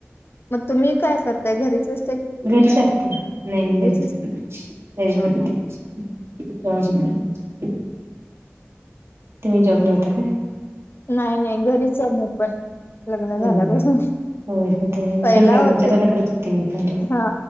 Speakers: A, on the left (about 50°); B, on the right (about 65°).
A: मग तुम्ही काय करताय घरीच अस
B: <unintelligible> घरीच असते नाही नाही घरीच
A: असता
B: असते घरीच
A: हा
B: असते.
A: हा
B: तेव्हाच म्हणे तुम्ही जॉबला होता काय?
A: नाय नाय घरीचे मी पण. लग्न
B: हम्म
A: झाल्यापसून
B: हो ते तर आहे
A: पईला
B: पण लग्नाच्या
A: होते
B: पहिला करत होते मी पण जॉब
A: हा.